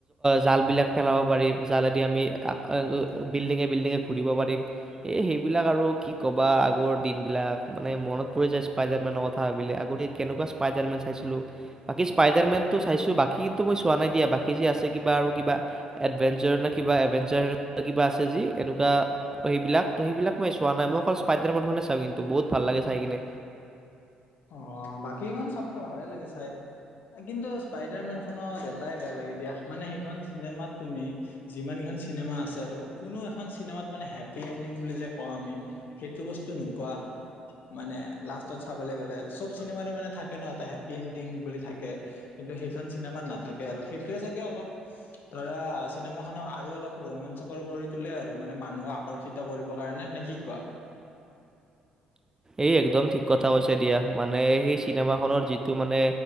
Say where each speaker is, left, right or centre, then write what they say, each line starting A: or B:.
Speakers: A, on the right; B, on the left.
A: জালবিলাক পেলাব পাৰিম জালেদি আমি বিল্ডিঙে বিল্ডিঙে ঘূৰিব পাৰিম এই সেইবিলাক আৰু কি ক'বা আগৰ দিনবিলাক মানে মনত পৰি যায় স্পাইডাৰমেনৰ কথা ভাবিল আগ কেনেকুৱা স্পাইডাৰমেন চাইছিলো বাকী স্পাইডাৰমেন চাইছো বাকী কিন্তু মই চোৱা নাই দিয়া বাকী যি আছে কিবা আৰু কিবা এডভেঞ্চাৰ ন কিবা এভোৰা কিবা আছে যি এনেকুৱা সেইবিলাক সেইবিলাক মই চোৱা নাই মই অকল স্পাইডাৰ মখনে চাওঁ কিন্তু বহুত ভাল লাগে চাই কিনে।
B: অ', বাকীখন চ ভালে লাগে চাই কিন্তু স্পাইডাৰ মেনখনত এটাই বেয়া লাগে দিয়া মানে সেইখন চিনেমাত তুমি যিমান কেইখন চিনেমা আছে আৰু কোনো এখন চিনেমাত মানে হেপি এণ্ডিং বুলি যে কওঁ আমি সেইটো বস্তু নোপোৱা মানে লাষ্টত চাবলৈ গ'লে চব চিনেমাৰে মানে থাকে ন এটা হেপি এণ্ডিং বুলি থাকে কিন্তু সেইখন চিনেমাত নাথাকে আৰু সেইটোয়ে চাগে অলপ ধৰা চিনেমা খক আৰু অলপ ৰোমাঞ্চকৰ কৰি তোলে আৰু মানে মানুহক আকৰ্ষিত কৰিব কাৰণে হৈনে কি কোৱা?
A: এই একদম ঠিক কথা কৈছা দিয়া মানে সেই চিনেমাখনৰ যিটো মানে